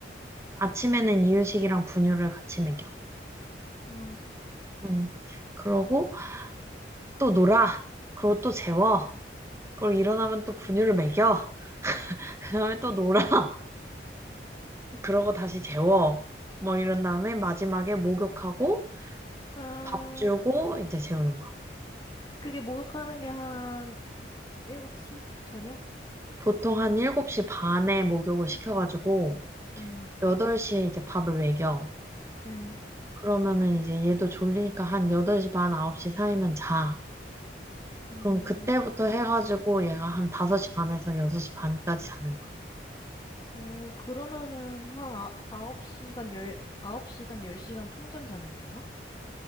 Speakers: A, on the right; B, on the left.
A: 아침에는 이유식이랑 분유를 같이 먹여.
B: 어,
A: 음. 그러고 또 놀아. 그러고 또 재워. 그리고 일어나면 또 분유를 먹여. <laughs> 그 다음에 또 놀아. <laughs> 그러고 다시 재워. 뭐 이런 다음에 마지막에 목욕하고
B: 아
A: 밥 주고 이제 재우는 거야.
B: 그게 목욕하는 게 한 7시? 저녁?
A: 보통 한 7시 반에 목욕을 시켜가지고
B: 네,
A: 8시에 이제 밥을 먹여.
B: 네.
A: 그러면은 이제 얘도 졸리니까 한 8시 반, 9시 사이면 자.
B: 음,
A: 그럼 그때부터 해가지고 얘가 한 5시 반에서 6시 반까지 자는 거야.
B: 어 그러면은 한 아, 아홉 시간 열.. 아홉 시간 열 시간 통잠 자는 건가?